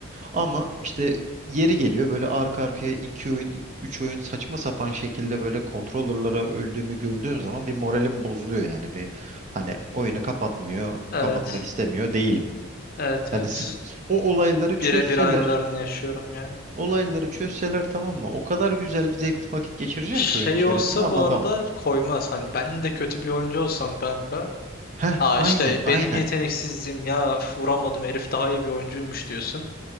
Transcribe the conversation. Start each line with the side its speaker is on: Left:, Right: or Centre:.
Right: Ama işte yeri geliyor böyle arka arkaya iki oyun, üç oyun saçma sapan şekilde böyle kontrollerlara öldüğümü gördüğüm zaman bir moralim bozuluyor yani bir hani oyunu kapatmıyor,
Left: Evet.
Right: kapatmak istemiyor değilim.
Left: Evet
Right: Hani
Left: evet.
Right: s- o olayları çözseler,
Left: Birebir aynılarını yaşıyorum ya.
Right: olayları çözseler tamam mı? O kadar güzel zevkli vakit geçireceğim
Left: Şey
Right: ki oyun içerisinde
Left: olsa
Right: anlatamam.
Left: bu arada koymaz. Hani ben de kötü bir oyuncu olsam kanka.
Right: Heh,
Left: Aa
Right: aynen,
Left: işte
Right: aynen.
Left: benim yeteneksizliğim ya üf, vuramadım herif daha iyi bir oyuncuymuş diyorsun.